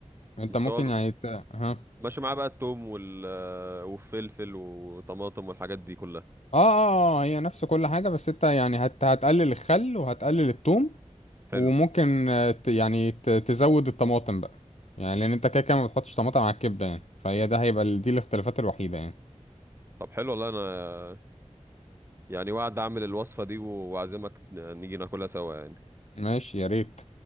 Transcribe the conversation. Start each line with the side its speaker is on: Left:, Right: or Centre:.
Left: انت
Right: بس
Left: ممكن
Right: هو
Left: يعني ت... ها
Right: ماشي معاه بقى التوم وال آه، والفلفل وطماطم والحاجات دي كلها
Left: اه اه آه، هي نفس كل حاجة بس انت يعني هت هتقلل الخل وهتقلل التوم
Right: حلو
Left: وممكن آه، ت- يعني ت- تزود الطماطم بقى يعني لان انت كده كده ما بتحطش طماطم على الكبدة يعني فهي ده هيبقى ال- دي الاختلافات الوحيدة يعني
Right: طب حلو والله انا يعني وعد اعمل الوصفة دي و- واعزمك ن- نيجي ناكلها سوا يعني
Left: ماشي يا ريت